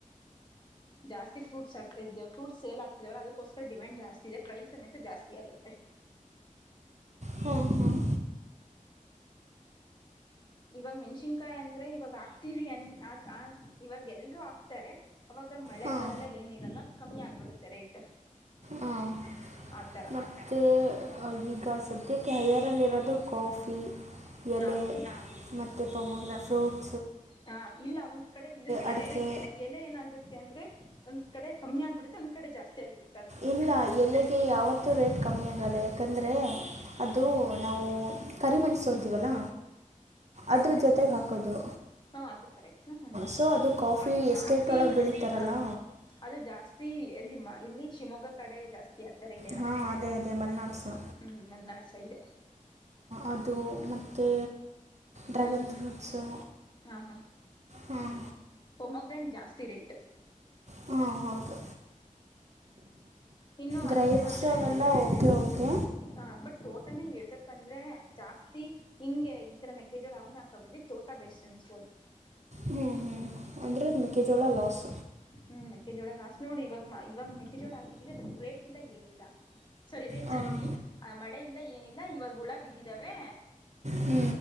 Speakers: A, on the left; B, on the right.
A: ಜಾಸ್ತಿ ಫ್ರೂಟ್ಸ್ಾ ಫ್ರೂಟ್ಸ್ ಸೇಲ್ ಆಗ್ತಿದವಲ್ಲ ಅದಕ್ಕೋಸ್ಕರ ಡಿಮ್ಯಾಂಡ್ ಜಾಸ್ತಿ ಇದೆ ಪ್ರೈಸ್ ಸಮೇತ ಜಾಸ್ತಿ ಆಗುತ್ತೆ
B: ಹ್ಮ ಹ್ಮ್
A: ಇವಾಗ ಮೆಣ್ಸಿನ್ಕಾಯಿ ಅಂದ್ರೆ ಇವಾಗ ಆಕ್ತೀವಿ ಅನ್ ಆ ಇವಾಗ ಎಲ್ರುೂ ಆಗ್ತಾರೆ ಅವಾಗ ಮಳೆ
B: ಹಾಂ
A: ಬರಲ್ಲ ಏನಿರಲ್ಲ ಕಮ್ಮಿ ಆಗ್ಬಿಡುತ್ತೆ ರೇಟ್
B: ಹಾಂ
A: ಆ ಥರ
B: ಮತ್ತು ಈಗ ಸದ್ಯಕ್ಕೆ ಹಯರಲ್ಲಿರೋದು ಕಾಫಿ ಎಲೆ
A: ಹಾಂ
B: ಮತ್ತು ತೊಮಗ ಫ್ರೂಟ್
A: ಹಾ ಇಲ್ಲ ಒಂದ್ ಕಡೆ ಇದು
B: ಅಡಿಕೆ
A: ಎಲೆ ಇರುತ್ತೆ ಎಲೆ ಏನಾಗುತ್ತೆ ಅಂದ್ರೆ ಒಂದ್ ಕಡೆ ಕಮ್ಮಿ ಆಗ್ಬಿಡೆ ಒಂದ ಕಡೆ ಜಾಸ್ತಿ ಆಗ್ಬಿಡೆ
B: ಇಲ್ಲ ಎಲೆಗೆ ಯಾವತ್ತೂ ರೇಟ್ ಕಮ್ಮಿ ಆಗಲ್ಲ ಯಾಕಂದರೆ ಅದು ನಾವು ಕರಿ ಮೆಣಸೊಂತೀವಲ್ಲ ಅದ್ರ ಜೊತೆಗೆ ಹಾಕೋದು
A: ಹಾ ಅದು ಕರೆಕ್ಟ್ ಹ
B: ಸೊ ಕಾಫಿ
A: ಅದು ಜಾಸ್ತಿ
B: ಎಸ್ಟೇಟ್ ಒಳಗೆ ಬೆಳೀತಾರಲ್ಲ
A: ಆ ಅದು ಜಾಸ್ತಿ ಎಲ್ಲಿಮ್ಮ ಇಲ್ಲಿ ಶಿವಮೊಗ್ಗ ಕಡೆ ಜಾಸ್ತಿ ಹಾಕ್ತಾರೆ ಎಲೆನ
B: ಹಾ ಅದೇ ಅದೇ ಮಲ್ನಾಟ್ಸು
A: ಹ್ಞೂ ಮಲೆನಾಡು ಸೈಡ್
B: ಅದು ಮ ಮತ್ತು ಡ್ರ್ಯಾಗನ್
A: ಹ್ಮ್ ಹ್ಮ್
B: ಫ್ರೂಟ್ಸು
A: ಹ ಹ
B: ಹಾಂ
A: ಪ್ರೋಮೋಗ್ರಾಂಟ್ ಜಾಸ್ತಿ ಜಾಸ್ತಿ ರೇಟ್
B: ಹಾ ಹೌದು
A: ಇನ್ನು
B: ಗ್ರೇಪ್ಸ್
A: ಅದಕ್ ಬಂದ್ರೆ
B: ಅವೆಲ್ಲ ಓಕೆ ಓಕೆ
A: ಹ ಬಟ್ ತೋಟ ಟಾನೇ ಹೇಳ್ಬೇಕಂದ್ರೆ ಜಾಸ್ತಿ ಹಿಂಗೆ ಈ ತರ ಮೆಕ್ಕೆೇಜೋಳ ಅವ್ನ ಹಾಕಬದಿ ಚೋಟಾ ಬೆಸ್ಟ್ ಅನ್ಸ್ಬೋದು
B: ಹ್ಮ್ ಹ್ಮ್ ಅಂದ್ರೆ ಮೇಕೆ ಜೋಳ ಲಾಸ್
A: ಹ್ಮ್ ಮೆಕ್ಕೆಜೋಳ ಲಾಸ್ಟ್ ನೋಡಿ ಇವಾಗ ಇವಾಗ ಮೆಕ್ಕೆಜೋಳ ಹಾಕಿದೀವಿ ಅದ ಗ್ರೇಟ್ ಇಲ್ಲ ಏನಿಲ್ಲ ಸರಿ ರೇಟ್
B: ಹಾಂ
A: ಅಂತೀನಿ ಆ ಮಳೆ ಇಲ್ಲ ಏನಿಲ್ಲ ಇವಾಗ ಹುಳ ಬಿದ್ದಿದಾವೆ
B: ಹ್ಞೂ